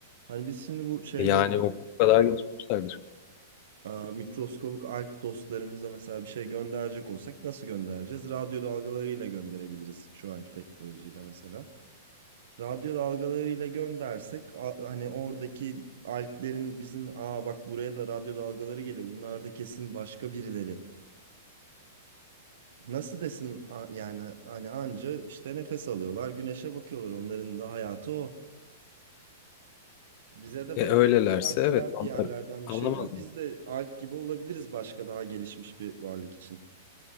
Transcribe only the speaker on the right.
Hani biz şimdi bu şeyleri
Aa, mikroskobik alg dostlarımıza mesela bir şey gönderecek olsak nasıl göndereceğiz? Radyo dalgalarıyla gönderebiliriz şu anki teknolojiyle mesela. Radyo dalgalarıyla göndersek a- hani oradaki alglerin bizim aa bak buraya da radyo dalgaları geliyor. Bunlar da kesin başka birileri. Nasıl desin a- yani hani anca işte nefes alıyorlar, güneşe bakıyorlar. Onların da hayatı o. Bize de
böyle
verseler
bir yerlerden
bir şeyler biz de alg gibi olabiliriz başka daha gelişmiş bir varlık için.